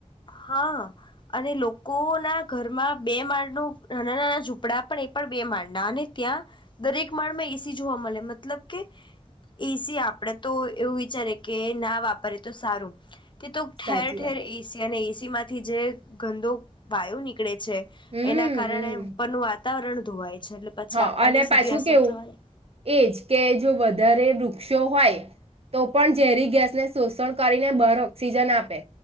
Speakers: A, on the left; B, on the right.
A: હા અને લોકો ના ઘરમાં બે માળ ન નાના નાના ઝૂંપડા પણ એ પણ બે માળના અને ત્યાં દરેક માળમાં એસી જોવા મળે મતલબ કે એસી આપડે તો એવું વિચારે કે ના વાપરે તો સારું તે તો ઠેર
B: સાચી
A: ઠેર
B: વાત
A: તને એસી માંથી જે ગંદો વાયો નીકળે છે
B: હમ
A: એના કારણે
B: હમ
A: પણ વાતા વાતાવરણ ધોવાય છે એટલે પછી
B: હા
A: આપણને
B: અને
A: સીધી
B: પાછું
A: અસર
B: કેવું,
A: થવાની
B: એજ કે જો વધારે વૃ ક્ષો હોય તો પણ ઝેરી ગેસને શોષણ કરીને ભાર ઓક્સિજન આપે